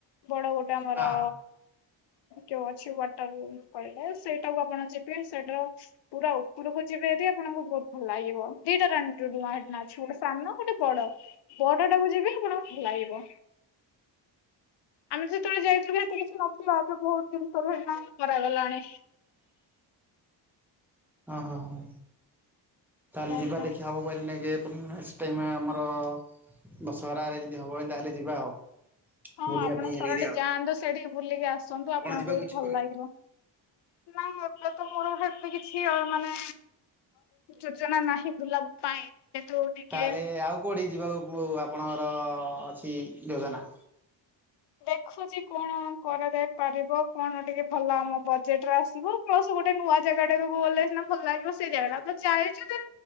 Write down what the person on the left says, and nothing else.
ବଡ ଗୋଟେ ଆମର
ଯଉ ଅଛି ୱାଟର ସେଇଟାକୁ ଆପଣ ଯିବେ ସେଇଟାର ପୁରା ଉପରକୁ ଯିବେ ଯଦି ଆପଣଙ୍କୁ ବହୁତ ଭଲ ଲାଗିବ ଦିଟା ରା ରୂଆ ଅଛି ଗୋଟେ ସାନ ଗୋଟେ ବଡ ବଡ ଟାକୁ ଯିବେ ଆପଣ ଭଲ ଲାଗିବ। ଆମେ ସେତେବେଳେ ଯାଇଥିଲୁ ଏତେ କିଛି ନଥିଲା ଏବେ ବହୁତ ଜିନିଷ ତର <inaudible> କରାଗଲାଣି।
ଆଜ୍ଞା
ହଁ
ଆପଣ
ଥରଟେ
ଯାଆନ୍ତୁ ସେଠିକି ବୁଲିକି ଆସନ୍ତୁ ଆପଣଙ୍କୁ
ବି
ଭଲ
ଲାଗିବ। ନା ଏବେ ତ ମୋର ଏତ କିଛି ମାନେ ଯୋଜନା ନାହିଁ ବୁଲାବା ପାଇଁ। କିନ୍ତୁ ଟିକେ
ଦେଖ ଦେଖୁଛି କଣ କରାଯାଏ। ପାରିବ କଣ ଟିକେ ଭଲ ଆମ ବଜେଟରେ ଆସିବ ପ୍ଲସ ଗୋଟେ ନୂଆ ଜାଗା ଟା ଗଲେ ସିନା ଭଲ ଲାଗିବ ସେଇ ଜାଗା ଟା ତ ଯାଇଛୁ।